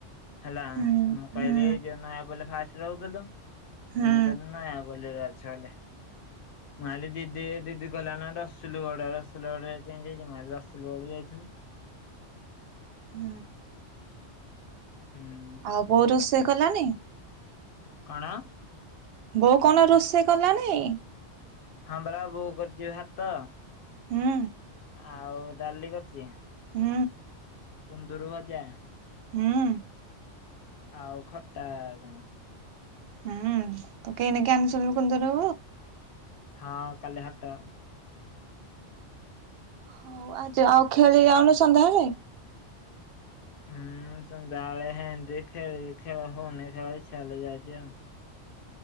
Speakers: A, on the left (about 60°); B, on the right (about 65°).
A: ହେଲା
B: ହୁଁ
A: ମୁଁ କହିଲି
B: ହୁଁ
A: ଯେଉ ନୟାପଲ୍ଲୀ ଫାଷ୍ ରହୁଥୁଲୁ।
B: ହୁଁ
A: ମୁଁ କହିଲି ନୟାପଲି ରେ ଚାଲେ ମୁ ଆଲି ଦିଦି ଦିଦି ଗଲା ନା ରସୁଲ ଗଡ ରସୁଲ ଗଡ ରେ ହେଇତି <inaudible> ଦୋଳି <unintelligible>
B: ହୁଁ।
A: ହୁଁ
B: ଆଉ। <unintelligible> ସେ କଲାନି?
A: କଣ?
B: ବୋଉ କଣ ରୋଷେଇ କଲାଣିି?
A: ହଁ ପରା ବୋଉ କରିଛି ଭାତ।
B: ହୁଁ
A: ଆଉ ଡାଲି କରିଛି।
B: ହୁଁ।
A: କୁନ୍ଦୁରୁ ଭଜା।
B: ହୁଁ।
A: ଆଉ ଖଟା କଣ?
B: ହୁଁ ତୁ କିଣିକି ଆଣିଥିଲୁ କୁନ୍ଦୁରୁ?
A: ହଁ କାଲି ହାଟ
B: ହଉ ଆ ଆଉ ଖେଳି ଯାଉନୁ ସନ୍ଧ୍ୟାବେଳେ?
A: ହୁଁ ସନ୍ଧ୍ୟା ବେଳେ ହେନ୍ତି ଖେଳି ଖେଳ ହନି ଇଚ୍ଛା ହେଲେ ଯାଉଛି ଆଉ।